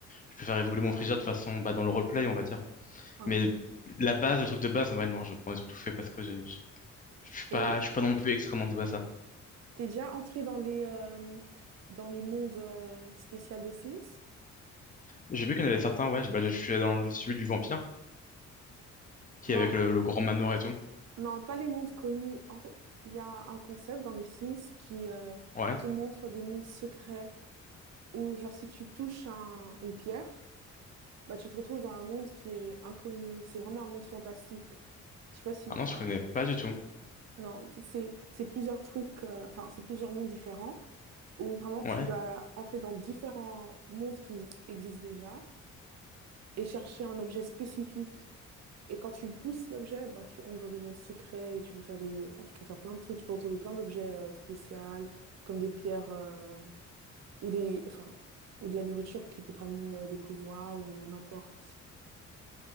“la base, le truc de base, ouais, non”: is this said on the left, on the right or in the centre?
Left